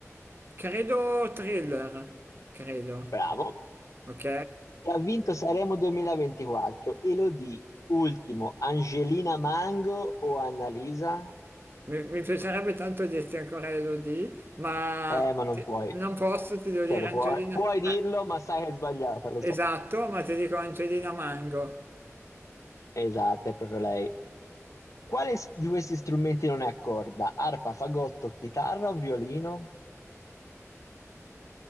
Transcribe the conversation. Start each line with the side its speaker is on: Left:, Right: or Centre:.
Right: Credo thriller, credo.
Left: Bravo.
Right: Ok?
Left: E ha vinto Sanremo 2024, Elodie, ultimo, Angelina Mango o Annalisa?
Right: Mi, mi piacerebbe tanto dirti ancora Elodie, ma
Left: Eh, ma non
Right: ti-
Left: puoi,
Right: non posso, ti devo
Left: cioè
Right: dire
Left: lo
Right: Angelina.
Left: puoi, puoi dirlo,
Right: ah,
Left: ma sai che è sbagliata, lo
Right: esatto,
Left: so.
Right: ma ti dico Angelina Mango,
Left: Esatto, è proprio lei. Quale s- di questi strumenti non è a corda? Arpa, fagotto, chitarra o violino?